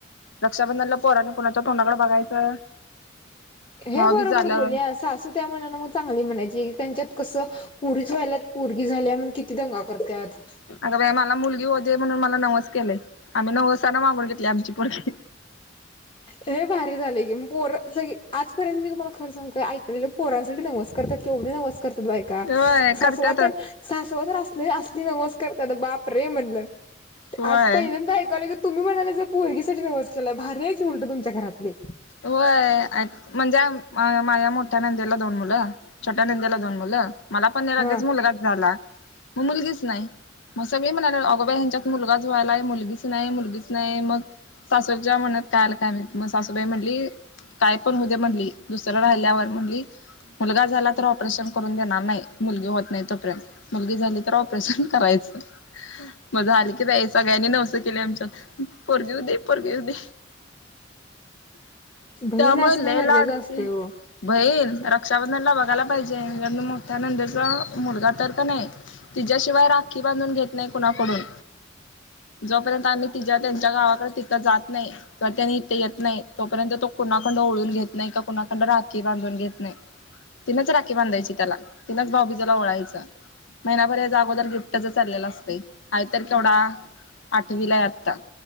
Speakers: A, on the left; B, on the left.
A: रक्षाबंधनला पोरांनी कुणाच्या तोंडाकडे बघायचं.
B: हे
A: भाऊबीज
B: बरोबर
A: झालं
B: बोलली सासू त्या मानानं मग चांगली म्हणायची की त्यांच्यात कसं पुरीच व्हाल्यात पोरगी झाल्या मग किती दंगा करत्यात.
A: अग बाई मला मुलगी होऊ दे म्हणून मला नवस केलंय, आम्ही नवसान मागून घेतल्या आमची पोरगी.
B: हे भारी झालंय की मग पोर सगळे आजपर्यंत मी तुम्हांला खरं सांगू काय ऐकलेलं पोरांसाठी नवस करतात केवढे नवस करतात बायका,
A: होय
B: सासवा
A: करत्यातच
B: तर सासवा तर असले असली नवस करत्यात बापरे! म्हणलं, ते
A: होय
B: आज पहिल्यांदा ऐकालोय तुम्ही म्हणालायसा पोरगीसाठी नवस केलाय भारी आहे की उलटं तुमच्या घरातली.
A: व्हयं म्हणजे आम माझ्या मोठ्या नंदेला दोन मुलं, छोट्या नंदेला दोन मुलं मला पण
B: हा
A: लगेच मुलगाच झाला, मग मुलगीच नाही. मग सगळी म्हणायला अगोबाई ह्यांच्यात मुलगाच व्हायलाय मुलगीच नाही, मुलगीच नाही, मग सासूबाई च्या मनात काय आलं काय माहिती मग सासूबाई म्हणली काय पण होऊ दे म्हणली दुसरं राहिल्यावर म्हणली, मुलगा झाला तर ऑपरेशन करून देणार नाही, मुलगी होत नाही तोपर्यंत. मुलगी झाली तर ऑपरेशन करायचं. मग झाली की बाई सगळ्यांनी नवसं केली आमच्यात पोरगी होऊ दे, पोरगी होऊ दे.
B: बहीण
A: त्यामुळे
B: असणं
A: लई
B: गरजेचं
A: लाडकी.
B: असते हो
A: बहीण रक्षाबंधनला बघायला पाहिजे मोठ्या नंदेचा मुलगा तर का नाही, तिच्याशिवाय राखी बांधून घेत नाही कुणाकडून. जोपर्यंत आम्ही तिच्या त्यांच्या गावाकडे तिथं जात नाही, का त्यांनी इथे येत नाही तोपर्यंत तो कुणाकडनं ओवाळून घेत नाही, का कुणाकडनं राखी बांधून घेत नाही. तिनंच राखी बांधायची त्याला, तिनंच भाऊबीजला ओळायचं. महिनाभर हेज अगोदर गिफ्टच चाललेलं असतय, हाय तर केवढा. आठवीला हाय आता,